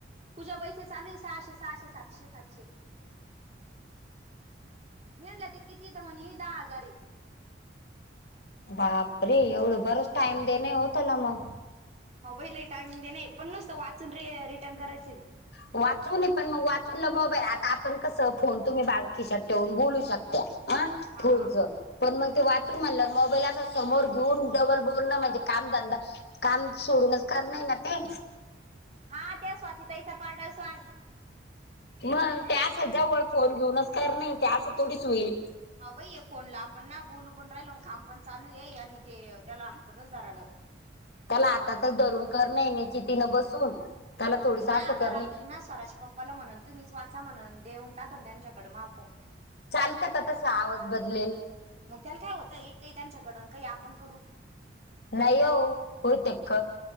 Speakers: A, on the right (about 35°); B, on the left (about 60°).
A: पूजा बाईचेच आले सहाशे सहाशे, सातशे सातशे. मी म्हणल ते किती आहे, तर म्हणे दहा हजार आहे.
B: बापरे एवढ बरच टाइम देणे हो त्याला मग.
A: हाव बई लयी टायमिंग देन आहे. पण नुसत वाचून र रिटर्न करायचय ते.
B: वाचून पण मग वाचूनला मोबाईल, आता आपण कस फोन तुम्ही बार खिसात ठेवून बोलू शकता. ह
A: हा
B: फोनच पण मग ते वाचून म्हणल्यावर मोबाईल अस समोर घेऊन डबल बोलण म्हणजे कामधंदा काम सोडूनच करन आहे ना ते.
A: हा त्या स्वाती ताईचा पाडोसन
B: मग ते आस जवळ फोन घेऊनच करन आहे ना ते. आस थोडीच होईल.
A: हा बई ये फोनला आपण ना बोलू पण राहिल काम पण चालू आहे. आणि ते त्याला हातातच धराव लागल.
B: त्याला हाताचच धरून करन आहे निचितीन बसून. त्याला थोडीस
A: मी ना
B: असं
A: आता
B: करणे
A: रात्री ना स्वराच्या पप्पाला म्हणन तुम्हीच वाचा म्हणन. देऊन टाकन त्यांच्याकड मझा फोन.
B: चालत का तसा आवाज बदलेल?
A: मग त्याला काय होत. एक काही त्यांच्याकड काही आपण करू.
B: नाही हो बहुतेक